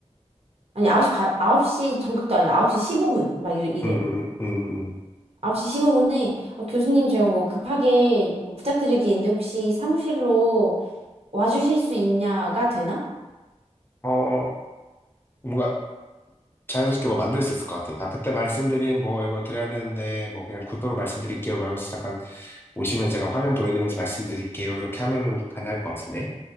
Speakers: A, on the right; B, on the left.
A: 아니, 9시 반, 아홉 시 정각도 아니다. 9시 15분, 막 이래, 이래.
B: 응응응응응
A: 9시 15분에, 교수님 제가 뭐 급하게 뭐 부탁드릴 게 있는데 혹시 사무실로 와주실 수 있냐가 되나?
B: 어 어, 뭔가 자연스럽게 뭐 만들 수 있을 것 같아 아 그때 말씀드린 뭐 이거 드려야 되는데 뭐 그냥 구도로 말씀드릴게요 말면서 잠깐 오시면 제가 화면 보여드리면서 말씀드릴게요 이렇게 하면 가능할 것 같은데